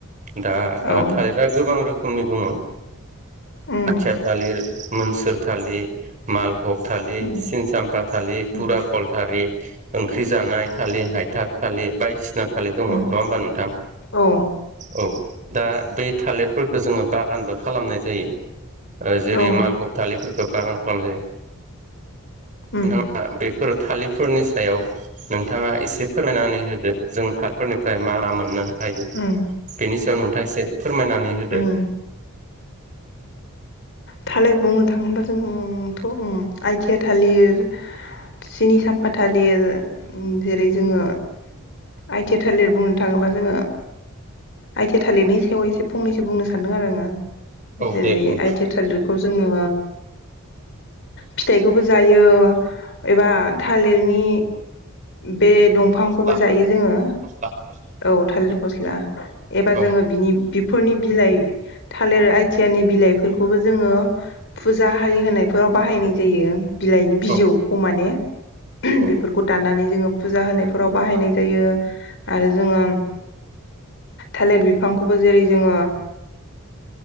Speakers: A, on the right; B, on the left.
A: दा
B: औ
A: थालिरा गोबां रोखोमनि दङ ओ
B: उम
A: आथिया थालिर मोनसोर थालिर मालभग थालिर
B: उम
A: सिनसामफा थालिर
B: उम
A: फुराकलथालि ओंख्रि जानाय थालिर, हायथा थालिर बायदिसिना थालिर दङ नङा
B: उम
A: होमबा नोंथां?
B: औ
A: औ दा बै थालिरफोरखो जोङो बागानबो खालामनाय जायो जेरै-
B: औ
A: मालबग बागान खालाम जायो।
B: उम
A: नोंथाङा बेफोर थालिरफोरनि सायाव नोंथाङा एसे फोरमायनानै होदो जों थालिफोरनिफ्राय मा मा मोननो हायो?
B: उम
A: बेनि सायाव नोंथाङा एसे फोरमायनानै होदो।
B: उम थालिर बुंनो थाङोब्ला जोंथ' आइथिया थालिर सिनि साम्फा थालिर जेरै- जोङो आइथि थालिर बुंनो थाङोब्ला बा जोङो आइथिया थालिरनि सायाव एसे फंनैसो बुंनो सानदों आरो आङो‌।
A: औ
B: जेरै
A: दे बुं
B: -आइथिया थालिरखौ जोङो फिथाइखौबो जायो एबा थालिरनि बे दंफांखौबो
A: फस्ला
B: जायो जोङो।
A: फस्ला फस्ला
B: औ थालिर फस्ला एबार
A: औ
B: जोङो बिनि बि फोरनि बिलाइ थालिर आइथियानि बिलाइफोरखौबो जोङो फुजा हारि होनायफोराव बाहायनाय जायो बिलाइनि बिजौखौ
A: औ
B: माने
A: औ
B: बेफोरखौ दाननानै जोङो फुजा होनायफोराव बाहायनाय जायो आरो जोङो थालिर बिफांखौबो जेरै जोङो